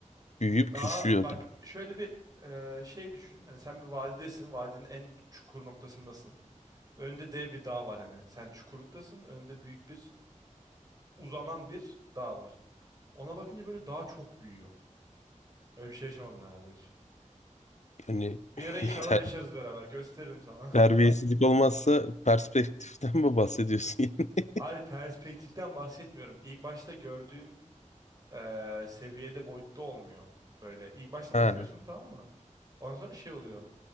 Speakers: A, on the left; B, on the right.
A: Büyüyüp
B: Daha
A: küçülüyor.
B: bak şöyle bir e, şey düşün. Hani sen bir vadidesin. Vadinin en çukur noktasındasın. Önünde dev bir dağ var hani. Sen çukurluktasın. Önünde büyük bir uzanan bir dağ var. Ona bakınca böyle dağ çok büyüyor. Öyle bir şey yaşamadın herhalde hiç.
A: Yani
B: Bir
A: <laughs>
B: ara inşallah
A: ter-
B: yaşarız beraber. Gösteririm sana.
A: terbiyesizlik
B: <laughs>
A: olmazsa perspektiften mi bahsediyorsun yani?
B: Hayır
A: <laughs>
B: perspektiften bahsetmiyorum. İlk başta gördüğün eee, seviyede boyutta olmuyor. Böyle ilk başta
A: Ha.
B: bakıyorsun tamam mı? Ondan sonra şey oluyor.